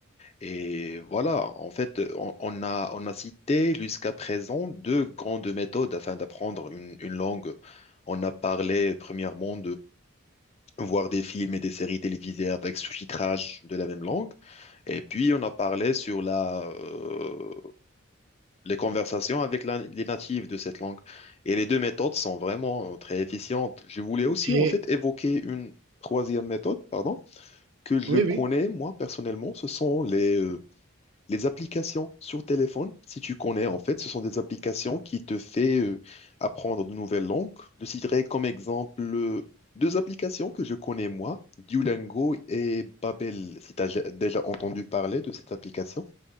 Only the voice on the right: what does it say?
Et
oui,
oui,